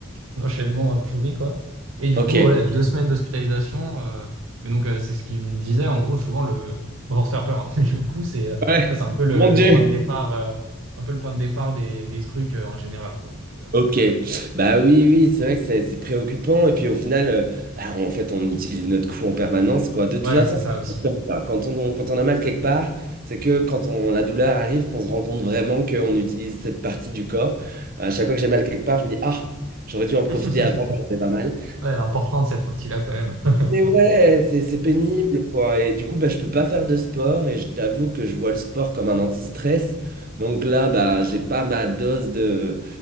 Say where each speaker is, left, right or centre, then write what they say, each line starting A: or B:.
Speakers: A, on the right (about 70°); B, on the right (about 40°).
A: enchaînement euh, pourri, quoi. Et du
B: ok.
A: coup, ouais, deux semaines d'hospitalisation. euh, mais donc, euh, c'est ce qu'il me disait. En gros, souvent, le... on va se faire peur, hein, <laughs> mais le coup, c'est euh, tu
B: Ouais,
A: vois, c'est un peu le,
B: mon
A: le
B: Dieu.
A: point de départ, euh, un peu le point de départ des, des trucs euh, en général, quoi. Donc, euh,
B: Ok. Bah oui, oui, c'est vrai que c'est c'est préoccupant. Et puis au final, euh, bah, en fait, on utilise notre cou en permanence, quoi. De toute
A: ouais,
B: façon,
A: c'est ça
B: c'est
A: aussi.
B: comme ça. Quand on, quand on a mal quelque part, c'est que quand on, la douleur arrive, qu'on se rend compte vraiment qu'on utilise cette partie du corps. À chaque fois que j'ai mal quelque part, je me dis, ah, j'aurais dû en profiter
A: <laughs>
B: avant quand j'avais pas mal.
A: Ouais, l'important de cette partie-là, quand même. <laughs>
B: Mais ouais, c'est c'est pénible, quoi. Et du coup, bah, je peux pas faire de sport et je t'avoue que je vois le sport comme un anti-stress. Donc là, bah, j'ai pas ma dose de